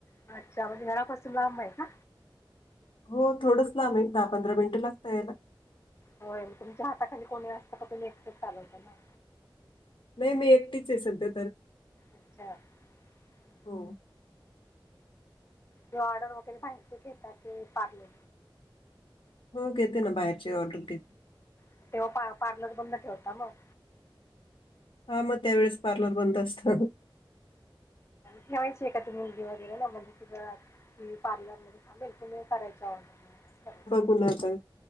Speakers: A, on the left; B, on the left.
A: अच्छा म्हणजे घरापासून लांब आहे का
B: हो थोडंच लांब दहा पंधरा मिनिटं लागता याला
A: होय मग तुमच्या हाताखाली कोणी असतं का तुम् एकटच चालवता ना
B: नाही मी एकटीच आहे सध्या तर
A: अच्छा हम् ह्
B: हो
A: तेे ऑर्डर वगैरेय घेताात ते पारले
B: हो घेते ना बाहेरची ऑर्डर घेते
A: मग तेव्हा पार्लर बंद ठेवता मग
B: हा मग त्या वेळेस पार्लर बंद असत
A: ठेवायची एखादी मुलगी वगैरे ना म्हणजे तिथं क पार्लर मध्ये हा बिलकुल मी करायचंवच करायच
B: गणाता